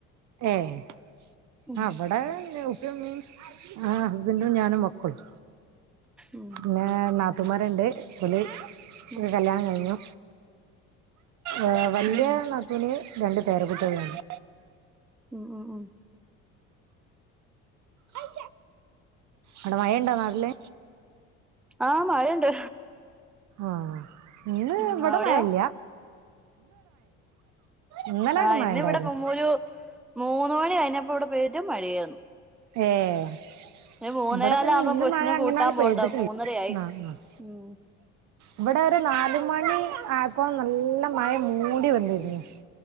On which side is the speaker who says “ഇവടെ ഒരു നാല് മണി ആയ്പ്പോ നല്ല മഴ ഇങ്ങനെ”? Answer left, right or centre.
Right